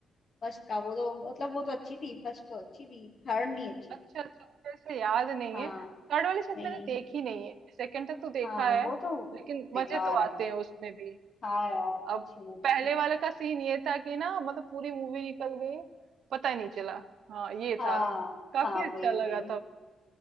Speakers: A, on the left; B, on the right.
A: फर्स्ट का वो तो मतलब वो तो अच्छी थी फर्स्ट तो अच्छी थी थर्ड नहीं अच्छी
B: अच्छा
A: थी
B: अच्छा मुझे ऐसे याद नहीं
A: हाँ
B: है थर्ड वाली शायद
A: नहीं
B: मैंने देखी नहीं है सेकंड तक तो देखा
A: हाँ
B: है
A: वो तो
B: लेकिन
A: बेकार
B: मजे तो
A: है
B: आते
A: बस।
B: हैं उसमें भी
A: हाँ यार अच्छी
B: अब
A: मूवी
B: पहले
A: थी
B: वाले का सीन ये था कि ना मतलब पूरी मूवी निकल गई पता ही नहीं चला हाँ ये
A: हाँ
B: था काफी
A: हाँ
B: अच्छा
A: वही
B: लगा
A: वही
B: था वो